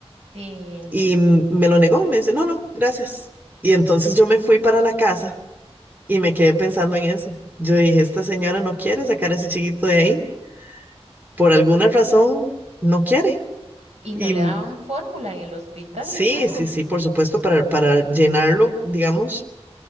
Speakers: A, on the right; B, on the right.
A: y
B: Y mm, me lo negó, me dice, no, no, gracias. Y entonces yo me fui para la casa y me quedé pensando en eso. Yo dije, esta señora no quiere sacar a ese chiquito de ahí, por alguna razón no quiere.
A: Y no
B: Y
A: le
B: mm,
A: daban fórmula en el hospital
B: sí,
A: ni nada.
B: sí, sí, por supuesto, para, para llenarlo, digamos